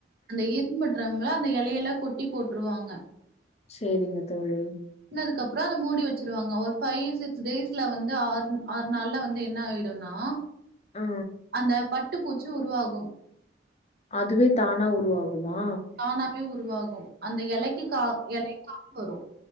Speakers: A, on the right; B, on the left.
A: அந்த இரும்புட்டுறம்ல அந்த இலையெல்லா கொட்டி போட்டுருவாங்க
B: சரிங்கத்தோழி
A: னதுக்கு அப்புறம் அதை மூடி வச்சருவாங்க ஒரு ஃபைவ் சிக்ஸ் டேஸ்ல வந்து ஆ ஆறு நாள்ல வந்து என்ன ஆய னா
B: ஆ
A: அந்த பட்டு பூச்சி உருவாகு
B: அதுவே தானா உருவாகுமா
A: தானாவே உருவாகு அந்த இலைக்கு கா இலைக்காக வரு